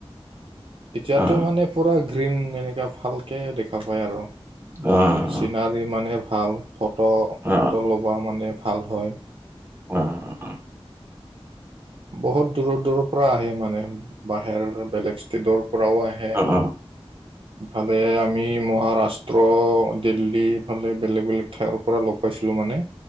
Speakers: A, on the right (about 55°); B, on the right (about 20°).
A: এতিয়াটো
B: অ
A: মানে পুৰা গ্ৰী গ্ৰীণ এনেকুৱা ভালকে দেখা পাই আৰু।
B: অঁ।
A: চিনাৰী মানে ভাল, ফটো-
B: অ অ
A: চটো ল'ব মানে ভাল হয়।
B: অঁ, অঁ।
A: বহুত দূৰৰ দূৰৰ পৰা আহে মানে বাহিৰৰো বেলেগ ষ্টেটৰ পৰাও আহে।
B: অ অ
A: ইফালে আমি মহাৰাষ্ট্ৰ, দিল্লী ইফালে বেলেগ বেলেগ ঠাইৰ পৰা লগ পাইছিলোঁ মানে।